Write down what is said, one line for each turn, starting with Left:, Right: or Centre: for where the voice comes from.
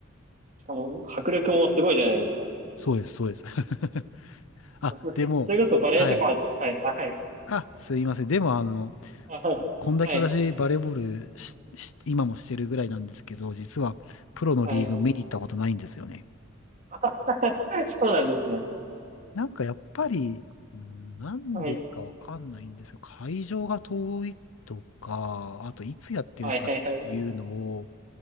Right: しかも、迫力もすごいじゃないですか。
Left: そうです、そうです。<laughs> あ、
Right: <laughs>
Left: でも、
Right: それこそバレエとか、
Left: はい。
Right: はい、あ、はい、
Left: あ、すいません。でも、あの、
Right: あ、
Left: こんだけ私、
Right: はい、
Left: バレーボールし、し今もしてるぐらいなんですけど、実は、プロのリーグ見に行ったことないんですよね。
Right: はい、はい。<laughs> そうなんですね。
Left: なんかやっぱり、うんなんでかわかんないんですけど、
Right: はい、
Left: 会場が遠いとか、あといつやってるかっていうのを、
Right: はい、はい、はい、